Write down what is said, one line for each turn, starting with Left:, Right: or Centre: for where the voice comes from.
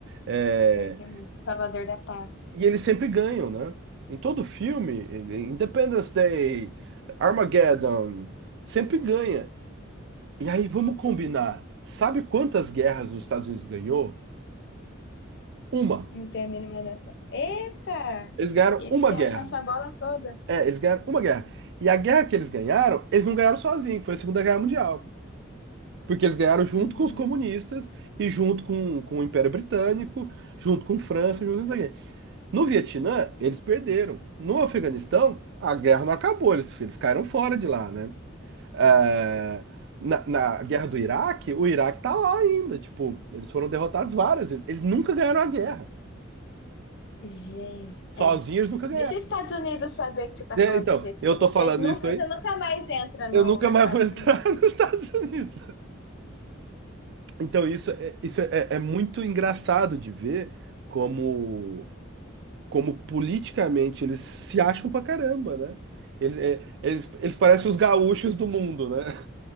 Right: É,
Left: que é aqui é mesmo, Salvador da Pátria.
Right: e eles sempre ganham, né? Em todo filme, ele- Independence Day, Armageddon, sempre ganha. E aí vamos combinar. Sabe quantas guerras os Estados Unidos ganhou? Uma.
Left: Não tem a mínima noção. Eita!
Right: Eles ganharam
Left: E eles
Right: uma
Left: se
Right: guerra.
Left: acham essa bola toda.
Right: É, eles ganharam uma guerra. E a guerra que eles ganharam, eles não ganharam sozinhos, foi a Segunda Guerra Mundial. Porque eles ganharam junto
Left: Hum,
Right: com os comunistas e junto com, com o Império Britânico, junto com França, junto com isso aqui. No Vietnã, eles perderam. No Afeganistão, a guerra não acabou, eles, eles caíram fora de lá, né? É, na, na guerra do Iraque, o Iraque tá lá ainda, tipo, eles foram derrotados várias vezes. Eles nunca ganharam a guerra.
Left: gente,
Right: Sozinhos
Left: é.
Right: nunca ganharam.
Left: Deixa os Estados Unidos saber que você tá
Right: É,
Left: falando
Right: então,
Left: desse jeito
Right: eu
Left: com eles.
Right: tô falando
Left: Vocês nunca,
Right: isso aí,
Left: você nunca mais entra no,
Right: eu nunca
Left: nos
Right: mais
Left: Estados
Right: vou entrar
Left: Unidos.
Right: <laughs> nos Estados Unidos. Então, isso é, isso é, é é muito engraçado de ver como. como politicamente eles se acham pra caramba, né? Ele- é, Eles, eles, parecem os gaúchos do mundo, né?